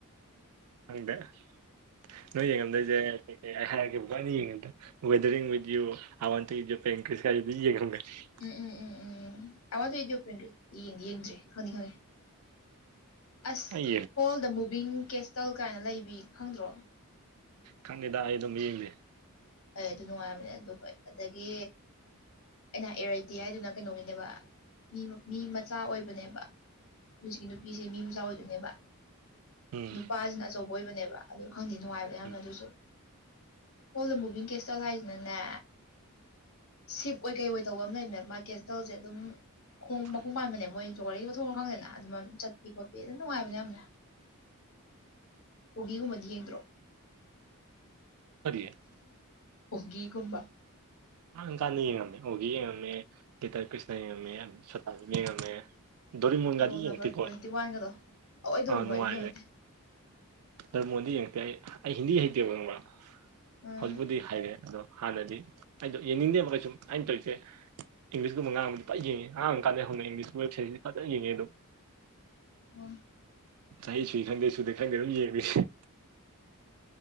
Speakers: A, on the right (about 80°); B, on the left (about 65°).
A: ꯍꯪꯗꯦ ꯅꯣꯏ ꯌꯦꯡꯉꯝꯗꯣꯏꯁꯦ ꯍꯥꯏꯔꯅꯤ ꯌꯦꯦꯗꯔꯤꯋꯥ ꯄ ꯌꯦꯡ
B: ꯎꯝ ꯎꯝ ꯎꯝ ꯎꯝ ꯎꯝ ꯑꯋꯥꯗ ꯌꯦ ꯌꯦꯡ ꯌꯦꯡꯗ꯭ꯔꯦ ꯈꯅꯤ ꯈꯅꯤ ꯑꯁ
A: ꯑꯩ ꯌꯦꯡ
B: ꯍꯣꯜ ꯗ ꯃꯨꯚꯤꯡ ꯀꯦꯁꯇꯜ ꯀꯥꯏꯅ ꯂꯩꯕꯤ ꯈꯪꯗ꯭ꯔꯣ
A: ꯈꯪꯗꯦꯗ ꯑꯩ ꯑꯗꯨꯝ ꯌꯦꯡꯗꯦ
B: ꯑꯩ ꯑꯗꯨ ꯅꯨꯡꯉꯥꯏꯔꯕꯅꯤ ꯑꯗꯨ ꯑꯗꯒꯤ ꯑꯅꯥ ꯑꯦꯔꯥꯏꯇꯦ ꯍꯥꯏꯗꯨꯅ ꯀꯩꯅꯣꯒꯤꯅꯦꯕ ꯃꯤ ꯃꯤ ꯃꯆꯥ ꯑꯣꯏꯕꯅꯦꯕ ꯍꯧꯖꯤꯛꯀꯤ ꯅꯨꯄꯤꯁꯦ ꯃꯤ ꯃꯆꯥ ꯑꯣꯏꯗꯣꯏꯅꯦꯕ
A: ꯎꯝ
B: ꯅꯨꯄꯥꯁꯤꯅ ꯑꯆꯧꯕ ꯑꯣꯏꯕꯅꯦꯕ ꯑꯗꯨ ꯈꯪꯗꯦ ꯅꯨꯡꯉꯥꯏꯕ ꯌꯥꯝꯅ
A: ꯎꯝ
B: ꯑꯗꯨꯁꯨ ꯍꯣ ꯀꯦꯁꯇꯂ ꯍꯥꯏꯁꯤꯅꯅꯦ ꯁꯤꯞ ꯑꯣꯏ ꯀꯩ ꯑꯣꯏ ꯇꯧꯕ ꯑꯃ ꯂꯩꯕꯅꯦ ꯃꯥꯔꯀꯦꯠꯁ ꯇꯧꯁꯦ ꯑꯗꯨꯝ ꯈꯣꯡ
A: ꯍꯣꯏ
B: ꯃꯈꯨꯝ ꯄꯥꯟꯕꯅꯦ ꯃꯣꯏ ꯖꯣꯒꯥꯔꯤꯒꯤ ꯄꯣꯊꯣꯡ ꯈꯪꯗꯦꯅ ꯑꯗꯨꯝ ꯆꯠꯄꯤ ꯈꯣꯠꯄꯤ ꯑꯗꯨꯝ ꯅꯨꯡꯉꯥꯏꯕꯅꯦ ꯌꯥꯝꯅ ꯄꯨꯒꯤꯒꯨꯝꯕꯗꯤ ꯌꯦꯡꯗ꯭ꯔꯣ
A: ꯐꯔꯤꯌꯦ
B: ꯑꯣꯒꯤꯒꯨꯝꯕ
A: ꯑ ꯀꯥꯟꯗ ꯌꯦꯡꯉꯝꯃꯦ ꯑꯣꯒꯤ ꯌꯦꯡꯉꯝꯃꯦ ꯂꯤꯇꯔ ꯄꯁꯅ ꯌꯦꯡꯉꯝꯃꯦ ꯁꯇꯥꯖꯝ ꯌꯦꯡꯉꯝꯃꯦ ꯗꯔꯤ ꯃꯟꯒꯥꯗꯤ
B: ꯔꯣꯜ ꯅꯝꯕꯔ
A: ꯌꯦꯡꯇꯤꯀꯣ
B: ꯇ꯭ꯋꯦꯟꯇꯤ ꯋꯥꯟꯒꯗꯣ ꯑꯑꯣꯏꯗꯧꯔꯤꯃꯣ
A: ꯑ ꯅꯨꯡꯉꯥꯏꯒ
B: ꯑꯩꯁꯨ ꯌꯦꯡꯉꯛꯇꯦ
A: ꯗꯔꯃꯣꯟꯗꯤ ꯌꯦꯡꯉꯛꯇꯦ ꯑꯩ ꯑꯩ ꯍꯤꯟꯗꯤ ꯍꯩꯇꯦꯕ ꯉꯪꯕ꯭ꯔꯥ
B: ꯎꯝ
A: ꯍꯧꯖꯤꯛꯄꯨꯗꯤ ꯍꯥꯏꯔꯦ ꯑꯗꯣ ꯍꯥꯟꯅꯗꯤ ꯑꯩꯗꯣ ꯌꯦꯡꯅꯤꯡꯗꯦ ꯑꯃ ꯀꯩ ꯁꯨꯝ ꯑꯩꯅ ꯇꯧꯔꯤꯁꯦ ꯏꯪꯂꯤꯁꯀꯨꯝꯕ ꯑꯥꯡꯕꯗꯤ ꯄꯥꯏ ꯌꯦꯡꯉꯦ ꯉꯥꯡꯕ ꯀꯥꯟꯗ ꯍꯧꯅ ꯏꯪꯂꯤꯁꯀꯤ ꯋꯦꯕꯁꯥꯏꯠꯁꯤ ꯐꯖꯅ ꯌꯦꯡꯉꯦ ꯑꯗꯨꯝ ꯑ
B: ꯎꯝ
A: ꯆꯍꯤ ꯁꯨꯏ ꯈꯪꯗꯦ ꯁꯨꯗꯦ ꯈꯪꯗꯦ ꯑꯗꯨꯝ ꯌꯦꯡꯉ